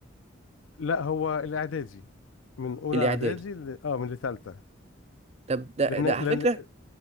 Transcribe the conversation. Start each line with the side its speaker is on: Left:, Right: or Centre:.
Left: لا هو الاعدادي من اولى
Right: الإعدادي
Left: اعدادي ل... اه من لثالثه
Right: طب ده
Left: لان
Right: ده على
Left: لان
Right: فكرة